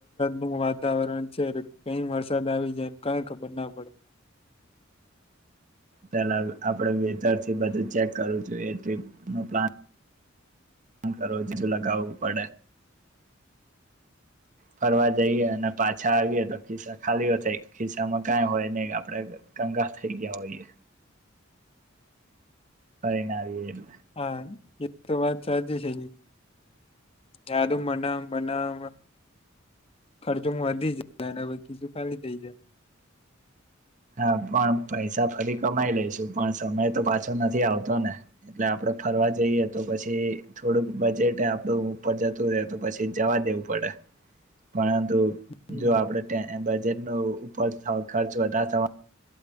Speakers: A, on the left; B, on the right.
A: નું વાતાવરણ છે, કેમ વરસાદ આવી જાય ને કાંઈ ખબર ના પડે.
B: પેલા આપણે વેધરથી બધું ચેક કરવું જોઈએ. ટ્રિપનું પ્લાન પણ કરવો જ લગાવવું પડે. ફરવા જઈએ અને પાછા આવીએ તો ખિસ્સા ખાલીઓ થાય ખિસ્સામાં કાંઈ હોય ને આપણેે કંગાલ થઈ ગયા હોઈએ. ફરી ને આવીએ તો.
A: હા એ જ તો વાત સાચી છે. યાદો બનાવ બનાવવામાં ખર્ચો વધી <unintelligible> ખીસ્સું ખાલી થઈ જાય.
B: હા પણ પૈસા ફરી કમાઈ લઈશુ, પણ સમય તો પાછો નથી આવતો ને. એટલે આપડે ફરવા જઈએ તો પછી થોડુંક બજેટ એય આપડું ઉપર જતું રહેે તો પછી જવા દેવું પડે. પણ તો
A: હમ
B: જો આપડે ટેહે બજેટ નો ઉપર થાવ ખર્ચ વધાર <inaudible>